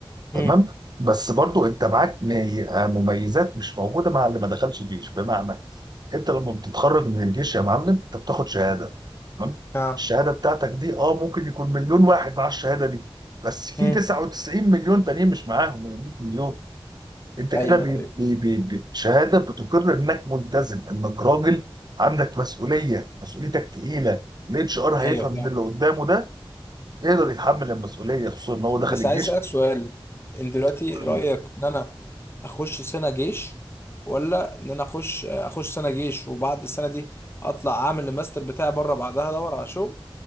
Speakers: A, on the left (about 25°); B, on the right (about 45°).
A: مم.
B: تمام بس برضو انت معاك مي- مميزات مش موجوده مع اللي ما دخلش جيش بمعنى انت لما بتتخرج من الجيش يا معلم انت بتاخد شهاده تمام
A: ها
B: الشهاده بتاعتك دي اه ممكن يكون مليون واحد مع الشهاده دي بس في
A: مم.
B: 99 مليون تانيين مش معاهم من 100 مليون انت
A: ايوه
B: كده بي-
A: ايوه
B: بي- بي- بالشهاده بتقر انك ملتزم انك راجل عندك مسؤوليه مسؤوليتك تقيله الاتش ار هيفهم
A: ايوه فاهم
B: ان اللي قدامه ده يقدر يتحمل المسؤوليه خصوصا ان هو دخل
A: بس
B: الجيش
A: عايز اسالك سؤال ان دلوقتي
B: كل-
A: رايك ان انا اخش سنه جيش ولا ان انا اخش اخش سنه جيش وبعد السنه دي اطلع اعمل الماستر بتاعي بره بعدها ادور على شغل